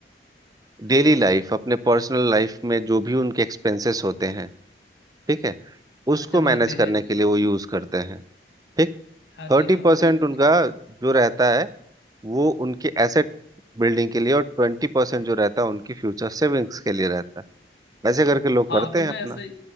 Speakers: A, on the right (about 20°); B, on the left (about 75°).
A: डेली लाइफ अपने पर्सनल लाइफ में जो भी उनके एक्सपेंसेस होते हैं ठीक है
B: हाँ
A: उसको
B: जरूरतें
A: मैनेज करने
B: हैं जो
A: के लिए
B: ठीक
A: वो यूज
B: है
A: करते हैं ठीक
B: हाँ
A: थर्टी
B: जी हाँ
A: परसेंट
B: वही मैं
A: उनका
B: भी कह रहा हूँ
A: जो रहता है वो उनके एसेट बिल्डिंग के लिए और ट्वेंटी परसेंट जो रहता है उनकी फ्यूचर सेविंग्स के लिए रहता है वैसे करके लोग
B: हाँ
A: करते
B: तो मैं
A: हैं अपना
B: ऐसे ही,